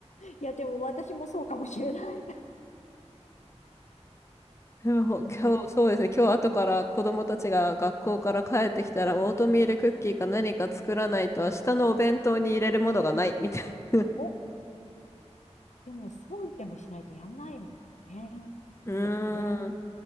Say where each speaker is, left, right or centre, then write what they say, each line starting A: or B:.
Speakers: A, on the left; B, on the left.
A: いや、でも私もそうかもしれない。<laughs>
B: でも今日、
A: いや、
B: そうですね、今日後から子供たちが学校から帰ってきたら、オートミールクッキーか何か作らないと、明日のお弁当に入れるものがない、みたいな。
A: お、でも、そうでもしないとやんないもんね。
B: <laughs> うーん、
A: 人ってね、なん